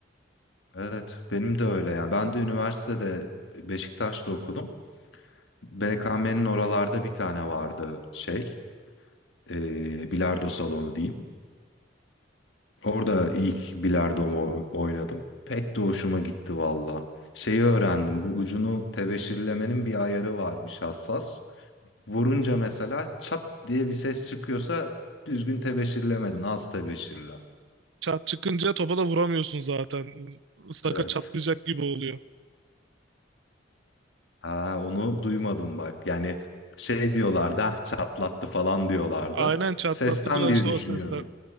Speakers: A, on the left; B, on the right.
A: Evet, benim de öyle Yani Ben de üniversitede Beşiktaş'ta okudum. BKM'nin oralarda bir tane vardı şey, e, bilardo salonu diyeyim. Orada ilk bilardomu oynadım. Pek de hoşuma gitti valla. Şeyi öğrendim, bu ucunu tebeşirlemenin bir ayarı varmış hassas. Vurunca mesela çat diye bir ses çıkıyorsa düzgün tebeşirlemedin, az tebeşirle.
B: Çat çıkınca topa da vuramıyorsun zaten. Istaka
A: Evet.
B: çatlayacak gibi oluyor.
A: Ha, onu duymadım bak. Yani şey diyorlardı, ah çatlattı falan diyorlardı.
B: Aynen çatlattı
A: Sesten
B: diyorlar
A: diye
B: işte
A: düşünüyordum.
B: o sesler.